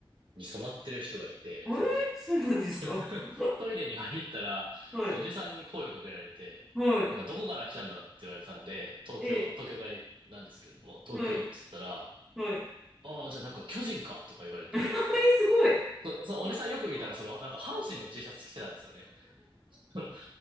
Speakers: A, on the right; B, in the centre.
A: に染まってる人がいて、
B: えーそうなんですか
A: その <laughs>
B: <laughs>
A: トイレに入ったら、
B: はい。
A: そうおじさんに声をかけられて、
B: はい。
A: なんかどこから来たんだって言われたんで、東京、
B: ええ
A: 東京からなんですけれども、東京っつったら、
B: はい。はい。え
A: ああ、じゃあなんか巨人かとか言われて、
B: ーすごい。
A: そ、そのおじさんよく見たら、
B: ほらすごい
A: その、なんか阪神の T シャツ着てたんですよね。その、